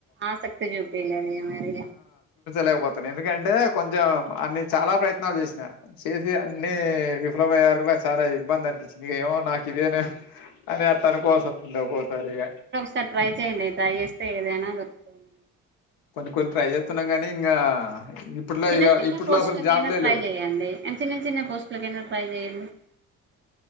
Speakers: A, on the right (about 30°); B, on the left (about 60°).
A: ఆసక్తి చూపిలేదేయ మరి
B: లేకపోతును ఎందుకంటే కొంచెం అన్ని చాలా ప్రయత్నాలు చేసిన చేసి అన్ని విఫలమయే వారికు చాలా ఇబ్బంది అనిపించింది ఇక ఏమో నాకు ఇదినే అని అట్లనుకోవాలసతాంది ఒక్కొక్కసారి ఇగ
A: రి ట్రై చేయండి టడ్రై చేస్తే ఏదైనా దొరుకుతుంది
B: కొన్ని కొన్ని ట్రై చేస్తున్నాం గానీ ఇంకా ఇప్పట్లో
A: చిన్న
B: ఇక
A: చిన్న
B: ఇప్పట్లో
A: పోస్ట్లకై
B: అసలు జాబ్లే
A: నా ట్రై
B: లేవు
A: చేయండి చిన్న చిన్న పోస్టులకైనా ట్రై చేయండి <inaudible>